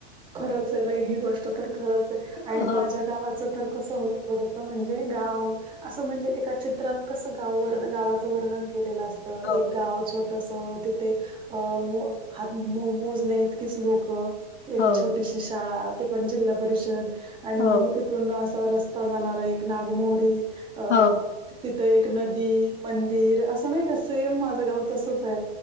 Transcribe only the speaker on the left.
हो,
हो,
हो,
हो,
हो,